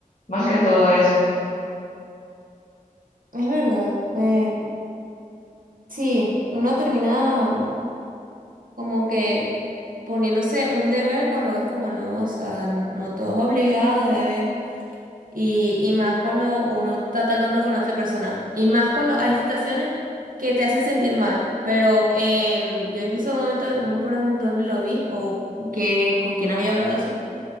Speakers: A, on the left; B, on the right.
A: más
B: ujú.
A: que todo eso.
B: Es verdad. eh, sí, uno termina. como que poniéndose un deber cuando es como no, o sea, no todo es obligado, bebé. Y, y más cuando uno está tratando con otra persona. Y más cuando hay situaciones que te hacen sentir mal. Pero em, yo incluso en un momento, no me acuerdo en dónde lo vi o que, con quién había hablado eso,